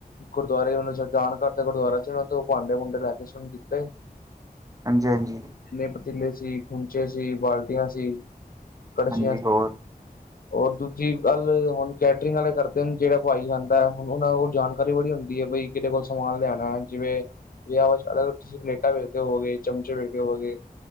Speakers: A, on the left (about 65°); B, on the right (about 20°).
A: ਗੁਰਦੁਆਰੇ ਮਤਲਬ, ਜਾਣ ਕਰਦੇ ਗੁਰਦੁਆਰਾ ਚ ਨਾ ਦਿਓ। ਤੇ ਭਾਂਡੇ ਭੂੰਡੇ ਲੈ ਕੇ ਸੁਣ ਦਿੱਤੇ
B: ਹਾਂਜੀ-ਹਾਂਜੀ।
A: ਨੇ ਪਤੀਲੇ ਸੀ, ਖੂੰਚੇ ਸੀ, ਬਾਲਟੀਆਂ ਸੀ, ਕੱਢਚੀਆਂ
B: ਹਾਂਜੀ
A: ਸੀ।
B: ਹੋਰ
A: ਹੋਰ, ਦੂਜੀ ਗੱਲ ਹੁਣ। ਕੈਟਰਿੰਗ ਵਾਲੇ, ਕਰਦੇ ਜਿਹੜਾ ਪਾਈ ਜਾਂਦਾ ਹੈ, ਹੁਣ ਉਹ ਕੋਲ ਜਾਣਕਾਰੀ ਬੜੀ ਹੁੰਦੀ ਹੈ, ਬਈ ਕਿਹੇ ਕੋਲ ਸਮਾਨ ਲਿਆਉਣਾ ਜਿਵੇਂ ਵੀ ਅਲਗ, ਤੁਸੀਂ ਪਲੇਟਾਂ ਵੇਚਦੇ, ਹੋਗੇ, ਚਮਚੇ ਵੇਚਦੇ ਹੋਗੇ।